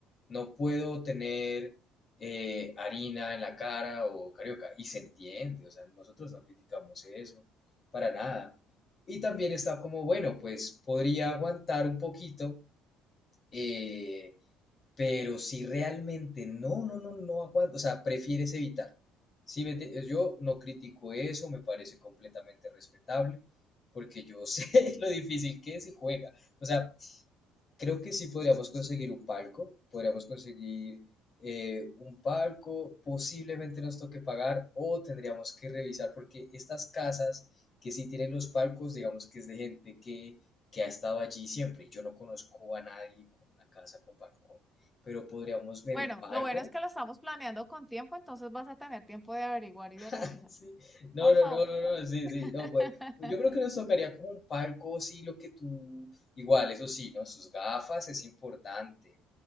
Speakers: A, on the left; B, in the centre.
A: No puedo tener eh, harina en la cara o carioca. Y se entiende, o sea, nosotros no criticamos eso para nada. Y también está como, bueno, pues podría aguantar un poquito. eh, pero si realmente no, no, no, no aguanto, o sea, prefieres evitar. Sí, me enti- yo no critico eso, me parece completamente respetable, porque yo <laughs> sé lo difícil que se juega. O sea, Creo que sí podríamos conseguir un palco, podríamos conseguir eh, un palco, posiblemente nos toque pagar o tendríamos que revisar porque estas casas que sí tienen los palcos, digamos que es de gente que, que ha estado allí siempre. Yo no conozco a nadie con una casa con balcón, pero podríamos ver
B: Bueno,
A: un palco.
B: lo bueno es que lo estamos planeando con tiempo, entonces vas a tener tiempo de averiguar y de
A: <laughs>
B: organizar.
A: Sí. No,
B: Por
A: no,
B: favor.
A: no, no, no, sí, sí,
B: <laughs>
A: no, pues yo creo que nos tocaría como un palco, sí, lo que tú, igual, eso sí, ¿no? Sus gafas es importante,